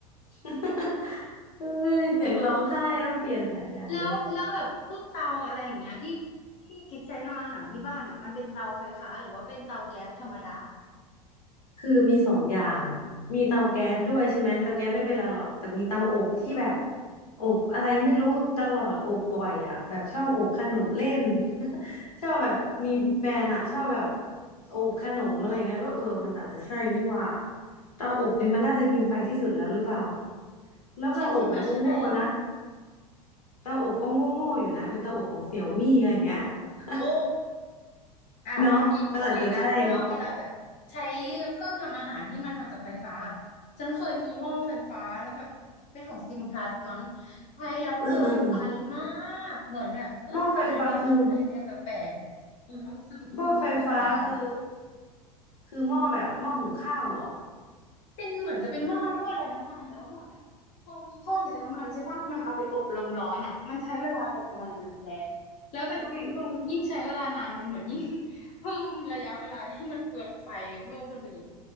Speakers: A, on the left; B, on the left.
A: <laughs> เอ้ยอยากร้องไห้ต้องเปลี่ยนหลายอย่างเลย
B: อืมแล้วแล้วแบบพวกเตาอะไรอย่างเงี้ยที่ที่กิฟใช้ทำอาหารที่บ้านอ่ะมันเป็นเตาไฟฟ้าหรือว่าเป็นเตาแก๊สธรรมดา
A: คือมีสองอย่างมีเตาแก๊สด้วยใช่ไหมเตาแก๊สไม่เป็นไรหรอกแต่มีเตาอบที่แบบ
B: อืม
A: อบอะไรไม่รู้ตลอดอบบ่อยอ่ะแบบชอบอบขนมเล่น <laughs> ชอบแบบมีแฟนอ่ะชอบแบบอบขนมอะไรเงี้ยก็เออมันอาจจะใช่นี่หว่าเตาอบนี่มันน่าจะกินไฟที่สุดแล้วหรือเปล่าแล้วเตาอบมันก็โง่นะ
B: ฉันคิดว่าใช่
A: เตาอบก็โง่โง่อยู่นะเป็นเตาอบของเสี่ยวมี่อะไรเงี้ย <laughs>
B: โอ้อาจจะกินไฟนะเพราะว่าเวลาแบบใช้
A: เนาะมันอาจจะใช่เนาะ
B: เครื่องทำอาหารที่มันทำจากไฟฟ้าอะฉันเคยมีหม้อไฟฟ้าแล้วแบบเป็นของซิมพลัสมั้งใช้แล้วเปลืองไฟมา
A: เออเออเออ
B: กเหมือนแบบเอ้ยทำไมเดือนนี้ค่าไฟแพงแปลกๆอืมสรุปคือหม้อไฟฟ้า
A: หม้อไฟฟ้าคือ หม้อไฟฟ้าคือคือหม้อแบบหม้อหุงข้าวเหรอ
B: เป็นเหมือนจะเป็นหม้อทอดไร้น้ำมันแต่ว่าเหมือนแบบพอมันทอดไร้น้ำมันใช่ปะมันเอาไปอบลมร้อนอ่ะมันใช้เวลาอบนานอะแต่แล้วแบบพอมันยิ่งใช้เวลานานมันเหมือนยิ่ง
A: อุ้ย
B: <laughs> เพิ่มระยะเวลาที่มันเปลืองไฟเพิ่มขึ้นไปอีก